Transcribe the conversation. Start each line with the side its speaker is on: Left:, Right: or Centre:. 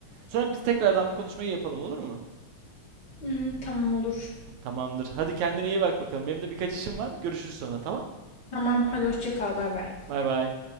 Right: Sonra biz tekrardan bu konuşmayı yapalım olur mu?
Left: Hmm, tamam olur.
Right: Tamamdır. Hadi kendine iyi bak bakalım. Benim de birkaç işim var. Görüşürüz sonra tamam?
Left: Tamam hadi hoşça kal bay bay.
Right: Bay bay.